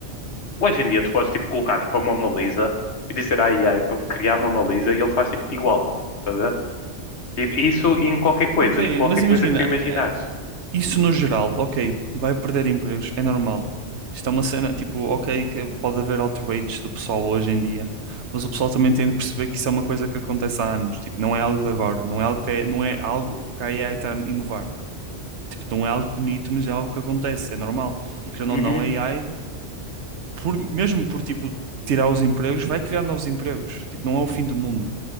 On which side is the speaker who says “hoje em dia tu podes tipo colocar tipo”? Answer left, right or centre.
Left